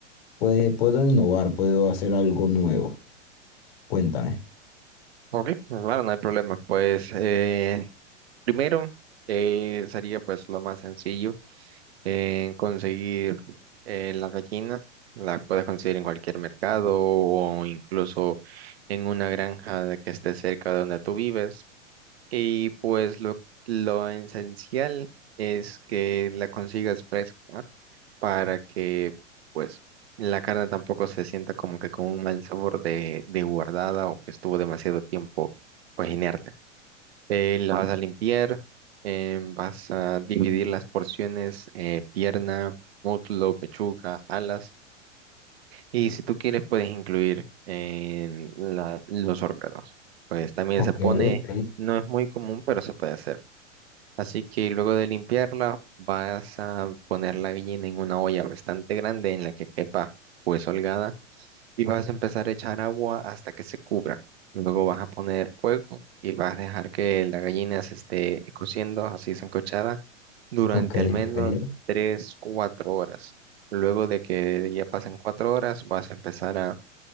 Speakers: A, on the left (about 50°); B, on the right (about 55°).
A: puede, puedo innovar, puedo hacer algo nuevo. Cuéntame.
B: Ok, claro, no hay problema. Pues eh, primero eh, sería pues lo más sencillo, eh, conseguir eh, la gallina. La puedes conseguir en cualquier mercado o incluso en una granja de que esté cerca de donde tú vives. Y pues lo, lo esencial es que la consigas fresca para que pues la carne tampoco se sienta como que con un mal sabor de, de guardada o que estuvo demasiado tiempo pues inerte. Eh, la vas a limpiar, eh, vas a dividir las porciones, eh, pierna, muslo, pechuga, alas y si tú quieres puedes incluir en la- los órganos. Pues también
A: Ok,
B: se pone,
A: ok,
B: no es muy común, pero se puede hacer Así que luego de limpiarla, vas a poner la gallina en una olla bastante grande en la que quepa pues holgada y vas a empezar a echar agua hasta que se cubra. Luego vas a poner fuego y vas a dejar que la gallina se esté cociendo así sancochada durante
A: ok,
B: al menos
A: ok.
B: 3 4 horas. Luego de que ya pasen 4 horas, vas a empezar a,